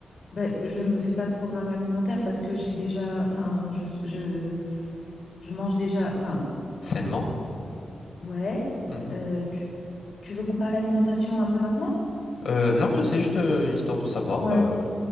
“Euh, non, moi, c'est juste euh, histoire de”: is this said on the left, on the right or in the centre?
Left